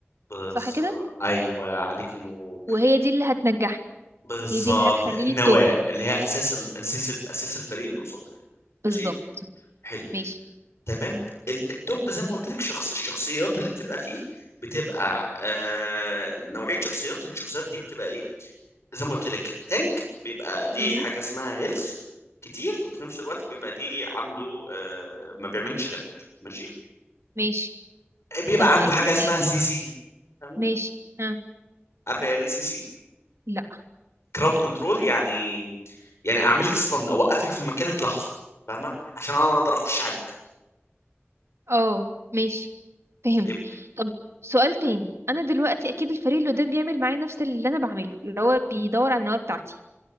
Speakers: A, on the left; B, on the right.
A: بالظبط
B: صح كده
A: ايوه عليك نور
B: وهي دي اللي هتنجحني
A: بالظبط
B: هي دي اللي هتخليني
A: النواه
B: توب
A: اللي هي اساس ال... اساس ال... اساس الفريق اللي قصادك ماشي
B: بالظبط
A: حلوين
B: ماشي
A: تمام ال- الدب زي ما قلت لك شخص الشخصيات اللي بتبقى فيه بتبقى آه... نوعيه شخصيات الشخصيات دي بتبقى ايه زي ما قلت لك تانك بيبقى ليه
B: امم
A: حاجه اسمها هيلث كتير وفي نفس الوقت بيبقى ليه عنده آه... ما بيعملش دامج ماشي
B: ماشي
A: بيبقى
B: طب
A: عنده
B: اكيد
A: حاجه اسمها
B: اكيد
A: سي سي فاهمه
B: ماشي ها
A: عارفه يعني ايه سي سي
B: لا
A: كراود كنترول يعني يعني اعمل لك ستان اوقفك في مكانك لحظه فاهمه عشان انا اقدر اخش عليك
B: اه ماشي فهمت
A: يبقى
B: طب سؤال تاني انا دلوقتي اكيد الفريق اللي قدام بيعمل معايا نفس اللي انا بعمله اللي هو بيدور على النواه بتاعتي